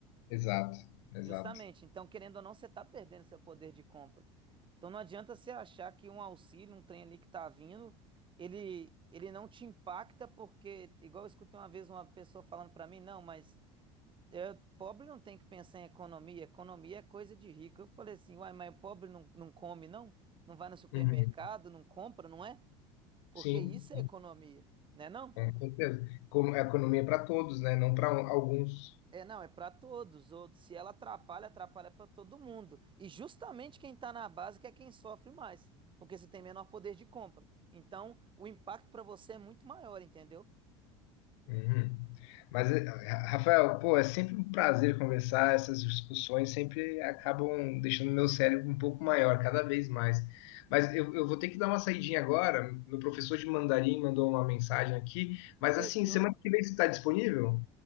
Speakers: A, on the left (about 70°); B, on the right (about 30°).
A: exato, exato.
B: Justamente. Então, querendo ou não, você está perdendo seu poder de compra. Então, não adianta você achar que um auxílio, um trem ali que está vindo, ele ele não te impacta porque, igual eu escutei uma vez uma pessoa falando para mim, não, mas Eu, pobre não tem que pensar em economia, economia é coisa de rico. Eu falei assim, uai, mas o pobre não, não come, não? Não vai no supermercado,
A: Uhum.
B: não compra, não é? Porque
A: Sim.
B: isso é economia, né não?
A: Com certeza. Como, é economia é para todos, né? Não para alguns.
B: É não, é para todos os outros. Se ela atrapalha, atrapalha para todo mundo. E justamente quem está na base que é quem sofre mais, porque você tem menor poder de compra. Então, o impacto para você é muito maior, entendeu?
A: Uhum. Mas, eh, Ra- Rafael, pô, é sempre um prazer conversar. Essas discussões sempre acabam deixando meu cérebro um pouco maior, cada vez mais. Mas eu, eu vou ter que dar uma saidinha agora. Meu professor de mandarim mandou uma mensagem aqui. Mas,
B: Fechou.
A: assim, semana que vem você está disponível?